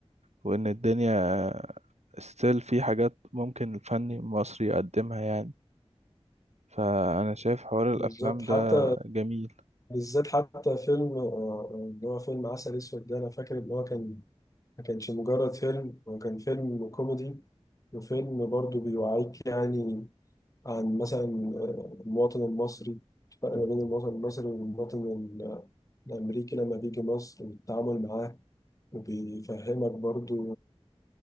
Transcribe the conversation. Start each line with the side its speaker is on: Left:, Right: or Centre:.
Right: وإن الدنيا ستيل في حاجات ممكن الفن المصري يقدمها يعني فأنا شايف حوار الأفلام
Left: بالظبط حتى
Right: ده جميل
Left: بالذات حتى فيلم آه، اللي هو فيلم عسل اسود ده انا فاكر ان هو كان ما كانش مجرد فيلم هو كان فيلم كوميدي وفيلم برضو بيوعيك يعني عن مثلا آه، المواطن المصري الفرق ما بين المواطن المصري والمواطن ال- الامريكي لما بيجي مصر والتعامل معاه وبيفهمك برضو